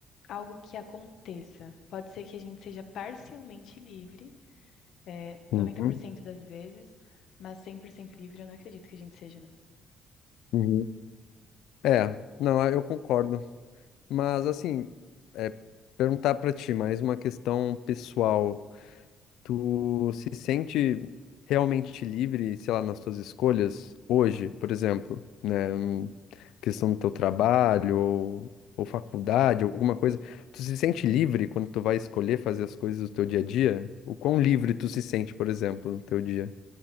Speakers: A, on the left; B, on the left.
A: algo que aconteça. Pode ser que a gente seja parcialmente livre, é, 90%
B: uhum,
A: das vezes, mas 100% livre eu não acredito que a gente seja, não.
B: uhum. É, não, ah, eu concordo. Mas assim, é, perguntar pra ti mais uma questão pessoal. Tu se sente realmente livre, sei lá, nas tuas escolhas hoje, por exemplo, né? hum, Questão do teu trabalho ou, ou faculdade, alguma coisa. Tu se sente livre quando tu vai escolher fazer as coisas do teu dia a dia? O quão livre tu se sente, por exemplo, no teu dia?